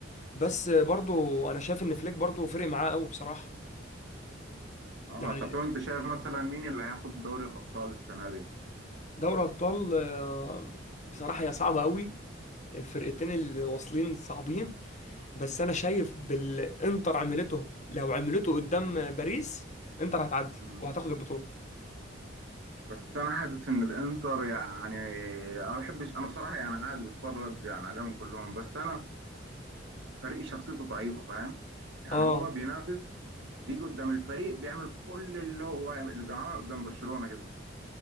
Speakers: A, on the left; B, on the right.
A: بس برضو انا شايف ان فليك برضو فرق معاه قوي بصراحه
B: اه
A: يعني
B: طب طب انت شايف مثلا مين اللي هياخد دوري الابطال السنه دي
A: دوري ابطال آه، بصراحه هي صعبه قوي الفرقتين اللي واصلين صعبين بس انا شايف بالانتر عملته لو عملته قدام باريس انتر هتعدي
B: مم.
A: وهتاخد البطوله
B: بس انا حاسس ان الانتر يعني انا ما بحبش انا بصراحه يعني عادي بتفرج يعني عليهم كلهم بس انا فريق شخصيته ضعيفه فاهم يعني
A: اه
B: هو بينافس بيجي قدام الفريق بيعمل كل اللي هو يعمل اللي زي ما عمل قدام برشلونه كده